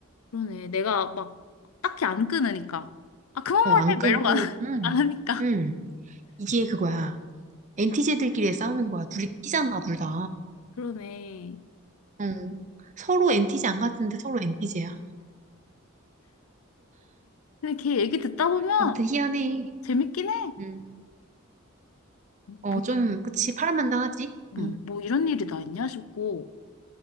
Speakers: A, on the left (about 85°); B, on the right (about 35°).
A: 그러네. 내가 막 딱히 안 끊으니까. 아 그만
B: 어, 안
A: 말해.
B: 끊고,
A: 막 이런 거 안 <laughs>
B: 응,
A: 안 하니까.
B: 응. 이게 그거야. 엔티제들끼리의 싸움인 거야. 둘이 끼잖아, 둘 다.
A: 그러네.
B: 응. 서로 엔티제 안 같은데 서로 엔티제야.
A: 근데 걔 얘기 듣다 보면
B: 아무튼 희한해.
A: 재밌긴 해.
B: 응.
A: 뭐,
B: 어, 좀, 그치. 파란만장하지?
A: 음,
B: 응,
A: 뭐 이런 일이 다 있냐 싶고.